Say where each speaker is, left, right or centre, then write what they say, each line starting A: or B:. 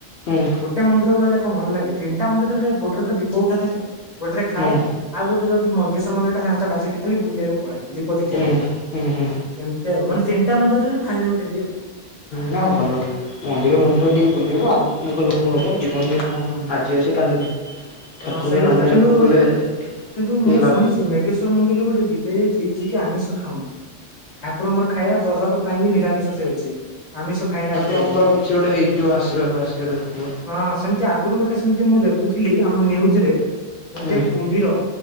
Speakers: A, on the left; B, on the left.
A: ହୁଁ
B: ଗୋଟେ ମନ୍ଦିରକୁ ଗଲେ କଣ ଭଲ ଲାଗେ ତିନିଟା ମନ୍ଦିରରେ ଗୋଟେ ତ ଦୀପ ଉଠା ଦେଖେ ଗୋଟେ ଖାଏ
A: ହୁଁ
B: ଆଉ ଗୋଟେ ଯୋଉ ମନ୍ଦିର ଟା ଶାନ୍ତଟା ସେଠି ଖାଲି ବୁଲିବାକୁ ପଳେ ଦୀପ ଦେଖିବା
A: ହୁଁ
B: ପାଇଁ।
A: ହୁଁ ହୁଁ
B: ଏମତି ଆଉ ମାନେ ତିନିଟା ମନ୍ଦିରରେ ବି ଫାଇଦା ଉଠେଇଦିଏ ଆଉ।
A: ନା ଭଲ ମନ୍ଦିର ମନ୍ଦିର
B: ହୁଁ
A: ଟିକେ ବୁଲିବ ଆଧ୍ୟାତ୍ମିକ ଲୋକ ହବ ଜୀବନରେ କଣ
B: ହୁଁ
A: ଆଜି ଆଉ ସେ କାଲି ନାହିଁ। ଠାକୁରଙ୍କ
B: ହଁ ସେଇ
A: ନାମ
B: କଥା କିନ୍ତୁ
A: ଜପ କଲେ ହେଲେ
B: କିନ୍ତୁ
A: ଟିକେ
B: ମୁଁ
A: ଲାଭ
B: ଶୁଣିଛି ମେଘେଶ୍ଵର ମନ୍ଦିରରେ ଗୋଟେ ବିଲେ <unintelligible> ଆମିଷ ଖାଉନ ଠାକୁରଙ୍କର ଖାଇବା ପ୍ରସାଦ ପାଇଁ ବି ନିରାମିଷ ସେ ଅଛି। ଆମିଷ ଖାଇନି
A: ଠାକୁରଙ୍କର
B: ଆଜି ପର୍ଯ୍ୟନ୍ତ
A: କିଛି ଗୋଟେ ହେଇଥିବ ଆଶୀର୍ବାଦ ଆଶୀର୍ବାଦ ଥିବ
B: ହଁ ସେମତି ଆଗରୁ ଗୋଟେ ସେମତି ମୁଁ ଦେଖୁ ଥିଲ ଆମ ନ୍ୟୁଜରେ ଗୋଟେ
A: ହୁଁ
B: କୁମ୍ଭୀର